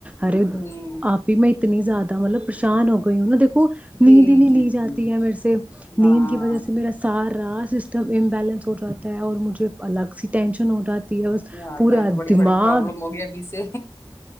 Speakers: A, on the right; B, on the left.
A: ارے
B: ہوں
A: آپ ہی میں اتنی زیادہ مطلب پریشان ہو گئی ان د
B: جی
A: نیند ہی نہیں
B: جی
A: لی جاتی
B: جی
A: ہے میرے سے
B: ہاں
A: نیند کی وجہ سے میرا سار رات سسٹم امبیلنس ہو جاتا ہے اور مجھے الگ سی ٹینشن ہو جاتی ہے بس
B: یا اللہ
A: پورا
B: تو بڑی
A: دماغ
B: بڑی پروابلم ہو گیا ابھی سے